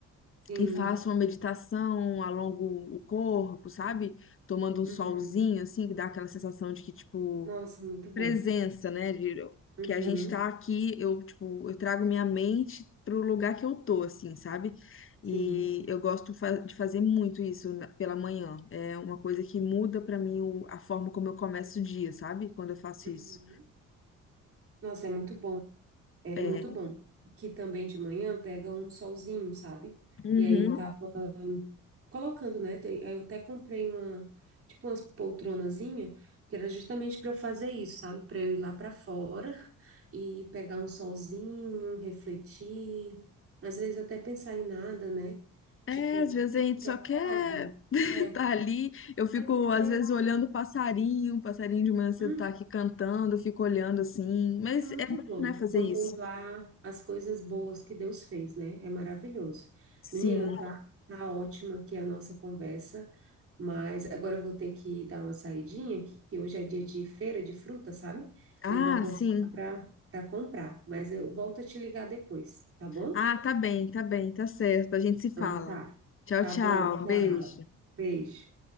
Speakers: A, on the right; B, on the left.
A: Sim.
B: e faço uma meditação, alongo o corpo, sabe? Tomando um
A: Uhum.
B: solzinho, assim, que dá aquela sensação de que, tipo,
A: Nossa, muito
B: presença,
A: bom.
B: né? De,
A: Uhum,
B: que a gente tá aqui, eu, tipo, eu trago minha mente pro lugar que eu tô, assim, sabe?
A: sim.
B: E eu gosto fa- de fazer muito isso na- pela manhã. É uma coisa que muda pra mim o- a forma como eu começo o dia, sabe? Quando eu faço
A: Uhum.
B: isso.
A: Nossa, é muito bom. É
B: É.
A: muito bom. Que também de manhã pega um solzinho, sabe?
B: Uhum.
A: E aí eu tava colocando, né? Te- aí Eu até comprei uma, tipo umas poltronazinha, que era justamente para eu fazer isso, sabe? Para eu ir lá para fora <laughs> e pegar um solzinho, refletir, às vezes até pensar em nada, né?
B: É,
A: Tipo,
B: às
A: quando
B: vezes a gente
A: a gente
B: só
A: acorda,
B: quer <laughs> estar
A: é,
B: ali. Eu fico,
A: é porque
B: às vezes, olhando o passarinho, o passarinho de manhã cedo
A: hum,
B: tá aqui cantando, eu fico olhando assim. Mas
A: É muito
B: é bom,
A: bom
B: né, fazer
A: contemplar
B: isso.
A: as coisas boas que Deus fez, né? É maravilhoso.
B: Sim.
A: Menina, tá, tá ótima aqui a nossa conversa, mas agora eu vou ter que dar uma saidinha, que que hoje é dia de feira de fruta, sabe?
B: Ah,
A: Daí eu vou aproveitar
B: sim.
A: para para comprar, mas eu volto a te ligar depois, tá bom?
B: Ah, tá bem, tá bem, tá certo. A gente se fala.
A: Então tá.
B: Tchau,
A: Tá
B: tchau.
A: bom, tchau.
B: Um beijo.
A: Beijo.